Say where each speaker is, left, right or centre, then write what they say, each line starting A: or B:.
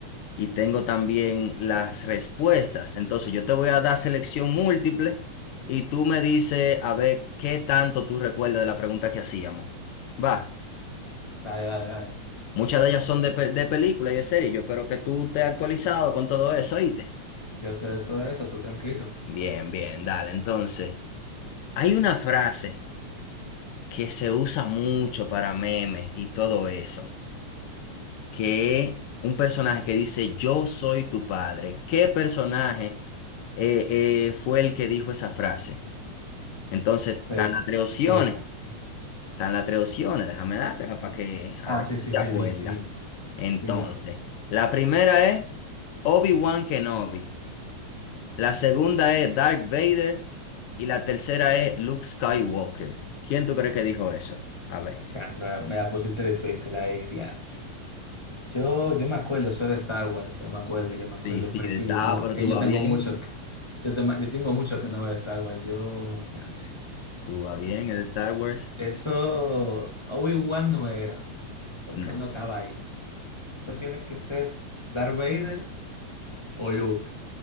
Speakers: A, on the left (about 65°); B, on the left (about 15°).
A: y tengo también las respuestas. Entonces yo te voy a dar selección múltiple y tú me dices a ver qué tanto tú recuerdas de la pregunta que hacíamos. Va,
B: Dale, dale, dale.
A: muchas de ellas son de, pe- de película y de serie. Yo espero que tú estés actualizado con todo eso, ¿oíste?
B: Yo sé de todo eso, tú tranquilo.
A: Bien, bien, dale. Entonces, hay una frase que se usa mucho para memes y todo eso, que es un personaje que dice, yo soy tu padre. ¿Qué personaje eh, eh, fue el que dijo esa frase? Entonces, están
B: Espera,
A: las tres opciones,
B: espérate.
A: están las tres opciones, déjame dártela para que a
B: Ah,
A: ver
B: sí, sí,
A: si te
B: sí,
A: acuerdas.
B: dime, dime.
A: Entonces,
B: Dime a ver.
A: la primera es Obi-Wan Kenobi, la segunda es Darth Vader y la tercera es Luke Skywalker. ¿Quién tú crees que dijo eso? A ver.
B: Diantre, me la me la pusiste difícil ahí, diantre. Yo, yo me acuerdo, soy de Star Wars, yo me acuerdo, yo me acuerdo,
A: Sí, sí,
B: pero
A: de
B: es que
A: Star,
B: yo tengo,
A: ah, pero
B: te-
A: tú
B: yo
A: vas
B: tengo
A: bien,
B: mucho, que- yo, te- yo tengo mucho que no veo Star Wars, yo, diantre.
A: tú vas bien, es de Star Wars.
B: Eso Obi-Wan no era, porque
A: No,
B: él no estaba ahí. Eso
A: no.
B: tiene que ser Darth Vader o Luke.